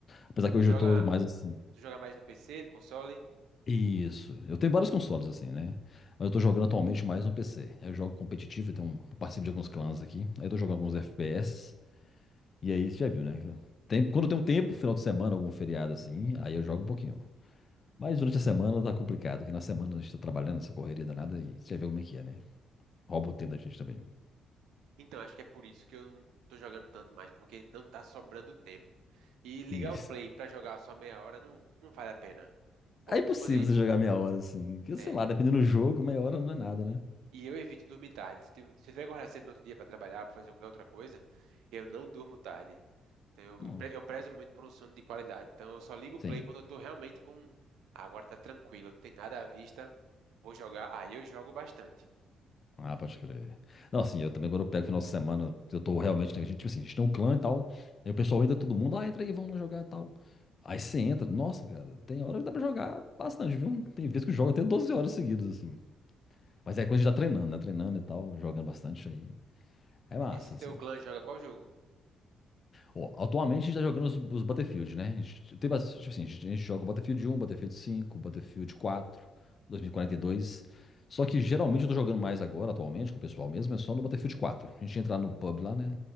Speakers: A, on the left; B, on the right.
A: Apesar que
B: Tu
A: hoje
B: joga,
A: eu tô mais assim.
B: tu joga mais no PC, no console?
A: Isso. Eu tenho vários consoles, assim, né? Mas eu tô jogando atualmente mais no PC. Eu jogo competitivo, eu tenho um, eu participo de alguns clãs aqui. Aí eu tô jogando alguns FPS. E aí você já viu, né? Tem, quando tem um tempo, final de semana, algum feriado, assim, aí eu jogo um pouquinho. Mas durante a semana tá complicado, porque na semana a gente tá trabalhando, essa correria danada, e você já viu como é que é, né? Rouba o tempo da gente também.
B: Então, acho que é por isso que eu não tô jogando tanto mais, porque não tá sobrando tempo. E ligar
A: Isso.
B: o play pra jogar só meia hora não, não vale a pena. Daqui a pouco
A: É impossível
B: não se pode.
A: você jogar meia hora, assim. Que,
B: É.
A: sei lá, dependendo do jogo, meia hora não é nada, né?
B: E eu evito dormir tarde. Se tiver, se tiver que acordar cedo no outro dia pra trabalhar, pra fazer qualquer outra coisa, eu não durmo tarde. Então, eu,
A: Não.
B: eu pre- eu prezo muito por um sono de qualidade. Então, eu só ligo o
A: Sim.
B: play quando eu tô realmente com. Ah, agora tá tranquilo, não tem nada à vista, vou jogar. Aí eu jogo bastante.
A: Ah, pode crer. Não, assim, eu também, quando eu pego final de semana, eu tô realmente, né, a gente, tipo assim, a gente tem um clã e tal, aí o pessoal entra todo mundo, ah, entra aí, vamos lá jogar e tal. Aí você entra, nossa, cara, tem hora que dá pra jogar bastante, viu? Tem vezes que eu jogo até 12 horas seguidas, assim. Mas é quando a gente tá treinando, né? Treinando e tal, jogando bastante aí. É massa,
B: Esse
A: assim.
B: teu clã joga qual jogo?
A: Bom, Atualmente a gente tá jogando os, os Battlefield, né? A gente, tem bas- tipo assim, a gente, a gente joga o Battlefield um, Battlefield cinco, Battlefield 4, 2042. Só que geralmente eu tô jogando mais agora, atualmente, com o pessoal mesmo, é só no Battlefield quatro. A gente entra lá no pub lá, né?